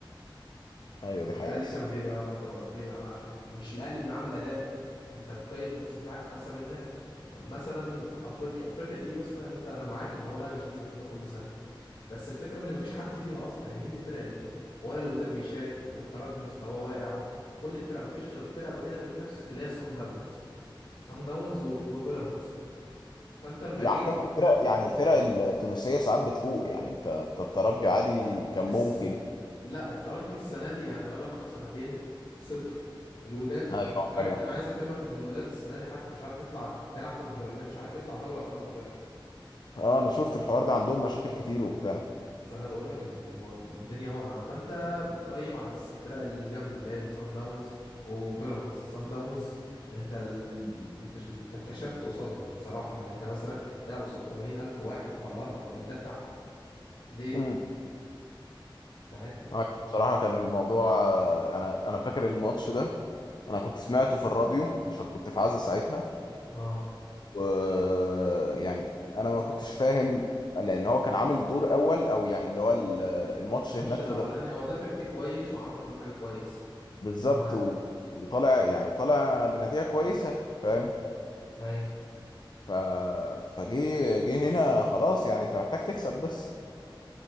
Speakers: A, on the left (about 55°); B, on the left (about 85°).
A: ايوه
B: والاهلي
A: دي حقيقه الصراحه
B: كان بيبقى ما دو... بيبقى ما... مش الاهلي بيبقى عامل اداء فانت بتقيم الموسم بتاعك على حسب الناس م- مثلا افريقيا افريقيا دي يا اسطى انت انا معاك ان هو الاهلي مش لازم ياخدها كل سنه بس الفكره ان مفيش حد فيها اصلا يعني مين الفرق اللي فيها ولا الوداد بيشارك والترجي مستواه واقع وكل الفرق مفيش غير الفرقه الوحيده اللي بتنافسك اللي هي صن داونز صن داونز و... وبيراميدز فانت لما
A: يعني
B: جه
A: الفرق يعني الفرق التونسيه ساعات بتفوق يعني انت أنت الترجي عادي كان
B: مش
A: ممكن
B: لا الترجي السنه دي يعني بقاله اخر سنتين صفر الوداد
A: ايوه
B: ما- مش عارف
A: ايوه
B: انا عايز افهمك ان الوداد السنه دي حتى مش عارف يطلع هيلعب كونفدراليه مش عارف يطلع دوري ابطال افريقيا
A: اه انا شفت الحوار ده عندهم مشاكل كتير وبتاع
B: فانا بقول لك ان الم- الدنيا واقعه فانت بتقيم على اساس الفرق الجامده اللي هي سان داونز وبيراميدز سان داونز انت ال... انت ش- انت اتكشفت قصادهم بصراحه يعني انت مثلا تلعب قصاد 80000 واحد وعلى ارضك وبتدافع ليه
A: امم
B: فاهم
A: أيوة، بصراحه كان الموضوع آه، يعني انا فاكر الماتش ده انا كنت سمعته في الراديو عشان كنت في عزا ساعتها
B: اه
A: و يعني انا ما كنتش فاهم لان هو كان عامل دور اول او يعني اللي هو ال- الماتش
B: الماتش
A: هناك
B: الاولاني
A: في جر-
B: هو دافع فيه كويس وعمل كل حاجه كويس
A: بالظبط
B: انا معاك
A: و... وطالع يعني طالع بنتيجه كويسه فاهم
B: ايوه
A: ف... فجه جه هنا خلاص يعني انت محتاج تكسب بس